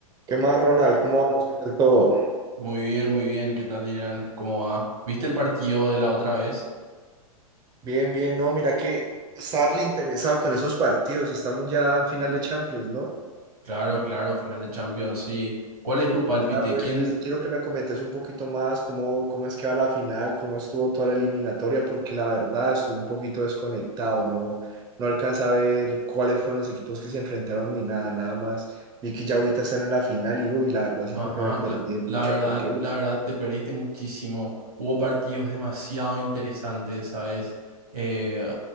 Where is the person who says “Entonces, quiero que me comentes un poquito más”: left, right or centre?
Right